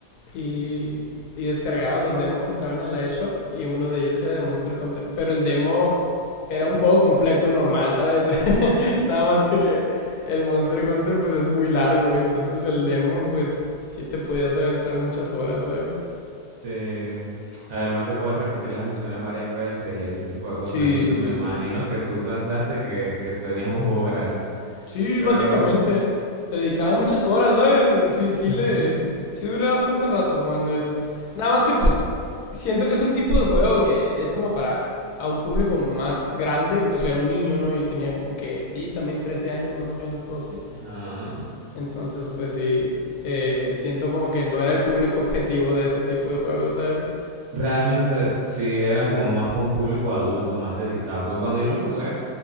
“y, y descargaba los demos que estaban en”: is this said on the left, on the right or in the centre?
Left